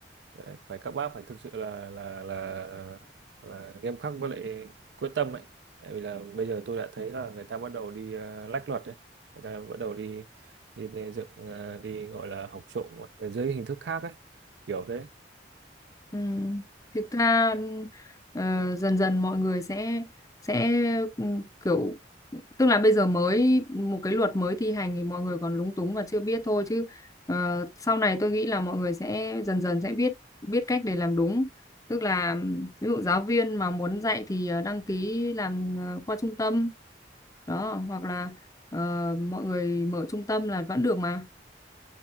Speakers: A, on the right (about 70°); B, on the left (about 20°).
A: phải phải các bác phải thực sự là là là, là nghiêm khắc với lại quyết tâm ấy tại vì là bây giờ tôi đã thấy là người ta bắt đầu đi ờ, lách luật ấy người ta bắt đầu đi đi, đi dựng ờ, đi gọi là học trộm ở dưới hình thức khác ấy kiểu thế
B: ừ. thực ra ừ, ờ, dần dần mọi người sẽ sẽ ừ, kiểu tức là bây giờ mới một cái luật mới thi hành thì mọi người còn lúng túng và chưa biết thôi chứ ờ, sau này tôi nghĩ là mọi người sẽ dần dần sẽ biết biết cách để làm đúng tức là ví dụ giáo viên mà muốn dạy thì ờ, đăng ký làm ờ, qua trung tâm đó hoặc là ờ, mọi người mở trung tâm là vẫn được mà